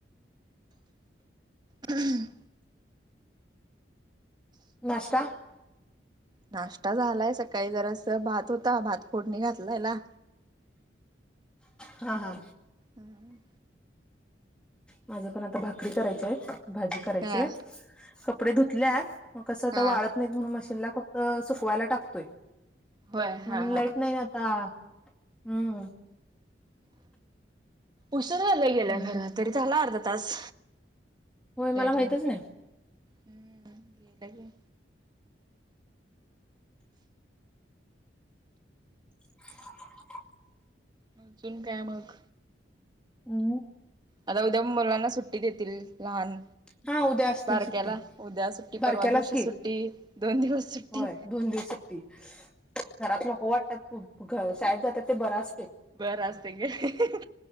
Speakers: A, on the right (about 25°); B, in the centre.
A: हम
B: नाष्टा
A: नाष्टा झालाय सकाळी जरासं भात होता, भात फोडणी घातलेला.
B: हा हा
A: हम्म
B: माझ्या पण आता भाकरी करायच्या आहेत भाजी करायची
A: हा
B: आहेत कपडे धुतल्यात मग कसं आता
A: हा
B: वाळत नाहीत. म्हणून मशीनला फक्त सुकवायला टाकतोय
A: होय
B: पण
A: हा
B: लाईट नाही आता हम्म
A: उशर झाला गेल्या
B: हम्म.
A: खरं तरी झाला अर्धा तास
B: होय
A: लाईट
B: मला माहितच
A: जाऊन
B: नाही
A: हम्म गेल्या की
B: <unintelligible>
A: अजून काय मग
B: उम्म
A: आता उद्या मुलांना सुट्टी देतील लहान
B: हा उद्या असतील
A: बारक्याला
B: सुट्टी
A: उद्या सुट्टी
B: बारक्यालाच
A: परवा दिवशी
B: की
A: सुट्टी दोन दिवस सुट्टी
B: होय दोन दिवस सुट्टी घरात नको वाटत्यात शाळेत जात्यात ते बरं असतंय
A: बरं असतंय काय